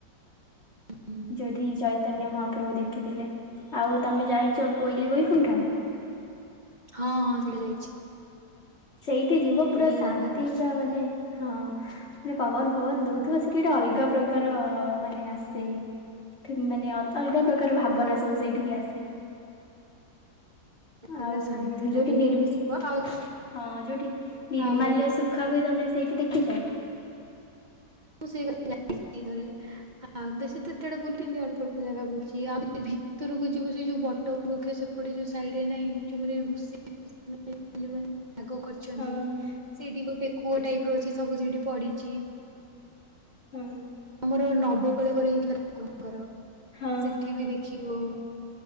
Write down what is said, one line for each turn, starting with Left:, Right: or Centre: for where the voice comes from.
Right: ହୁଁ।
Left: ଯଦି ଚୈତନ୍ୟ ମହାପ୍ରଭୁ ଦେଖ୍ ଖିଥିଲେ। ଆଉ, ତମେ ଯାଇଛ କୋଇଲି ବୈକୁଣ୍ଠ?
Right: ହଁ, ହଁ, ସେଇଟା ଯାଇଛି।
Left: ସେଇଠି ଯିବ ପୁରା
Right: ବଢିଆ
Left: ଶାନ୍ତି।
Right: ଜାଗା
Left: ମାନେ ହଁ, ମାନେ ପବନ ଫବନ ଦଉଥିବ, ସେଠି ଗୋଟେ ଅଲଗା ପ୍ରକା ପ୍ରକାର-ଅ ମାନେ ଆସେ। ମାନେ ଅଲଗା ପ୍ରକାର ଭାବନା ସବୁ ସେଇଠିକି ଆସେ।
Right: ପୁରା
Left: ଆଉ,
Right: ଶାନ୍ତି
Left: ଯୋଉଠି
Right: ଲାଗିବ
Left: ନିରିମ୍
Right: ବସିବ ଆଉ
Left: ହଁ, ଯୋଉଠି ନିର୍ମାଲ୍ୟ
Right: ଆଉ
Left: ସୁଖ୍ ଖା ହୁଏ, ତମେ ସେଇଠି ଦେଖିଛ?
Right: ମୁଁ <inaudible> ଯାଇଛି ଥରେ। ଆଉ ବେଶୀ ତ ଏତେ ଆଡେ ବୁଲିନି, ଅଳ୍ପ ଅଳ୍ପ ଜାଗା ବୁଲିଛି। ଆଉ ଭିତରକୁ ଯିବୁ ସେ ଯୋଉ ବଟ ବୃକ୍ଷ ସେପଟେ ଯୋଉ ସାଇଡରେ ନାଇଁ, ଯୋଉମାନେ ଋଷି <inaudible> ଯଉମାନେ ପାଗ କରିଚନ୍ତି,
Left: ହଁ ହଁ
Right: ସେଇଠି ଗୋଟେ କୂଅ ଟାଇପ୍ ର ଅଛି ସବୁ ସେଇଠି ପଡିଚି।
Left: ହୁଁ।
Right: ଯଉ ନବକଳେବର ହେଇଥିଲା ଠାକୁରଙ୍କର
Left: ହଁ
Right: ସେଠି
Left: ହଁ
Right: ବି ଦେଖିବ।